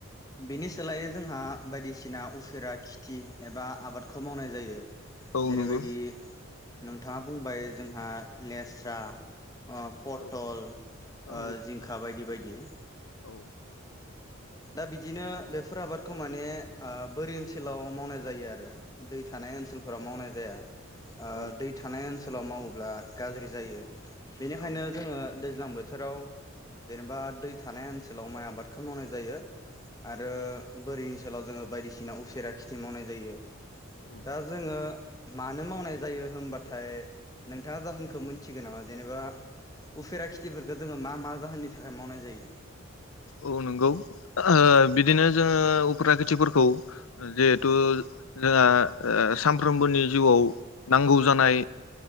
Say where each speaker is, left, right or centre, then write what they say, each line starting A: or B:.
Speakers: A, on the left; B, on the left.
A: बिनि सोलायै जोंहा बायदिसिना उफेरा खेथि एबा आबादखौ मावनाय जायो
B: औ
A: जेरैबायदि
B: नंगौ
A: नोंथाङा बुंबाय जोंहा लेस्रा
B: औ
A: पटल
B: औ
A: ओ जिंखा बायदि बायदि बे
B: औ
A: दा बिदिनो बेफोर आबादखौ माने आ बोरि ओनसोलाव मावनाय जायो आरो दै थानाय ओनसोलफोराव मावनाय जाया ओ
B: औ
A: दै थानाय ओनसो ओनसोलाव मावोब्ला गाज्रि जायो। बेनिखायनो
B: औ औ
A: जोङो दैज्लां बोथोराव जेनेबा दै थानाय ओनसो सोलाव माइ आबादखौ मावनाय जायो। आरो बोरि ओनसोलाव जोङो बायदिसिना उफेरा खेथि मावनाय जायो।
B: औ नंगौ
A: दा जोङो मानो मावनाय जायो होनबाथाय नोंथाङा जाहोनखौ मोनथिगो नामा जेनेबा उफेरा खेथिफोरखौ जोङो मा मा जाहोननि थाखाय मावनाय जायो।
B: औ नंगौ बिदिनो जोङो उफ्रा खेथिफोरखौ जिहेथु जोंहा सामफ्रोमबोनि जिउआव नांगौ जानाय